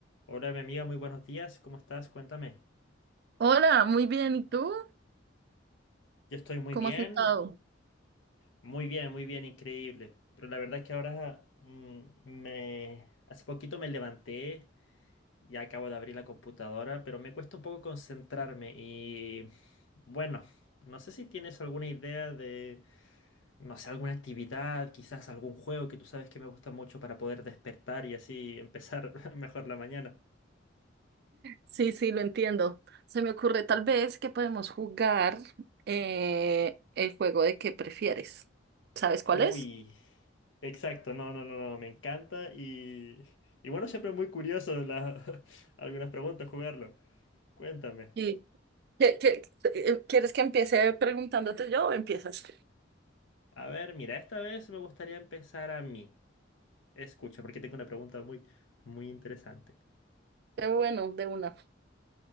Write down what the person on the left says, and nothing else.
Hola, mi amiga, muy buenos días. ¿Cómo estás? Cuéntame.
Yo estoy muy
bien,
muy bien, muy bien, increíble. Pero la verdad es que ahora mm, me hace poquito me levanté ya acabo de abrir la computadora, pero me cuesta un poco concentrarme y bueno, no sé si tienes alguna idea de, no sé, alguna actividad, quizás algún juego que tú sabes que me gusta mucho para poder despertar y así empezar <laughs> mejor la mañana.
Uy,
exacto, no, no, no, no, me encanta y, y bueno, siempre es muy curioso la- <laughs> algunas preguntas jugarlo. Cuéntame.
A ver, mira, esta vez me gustaría empezar a mí. Escucha, porque tengo una pregunta muy, muy interesante.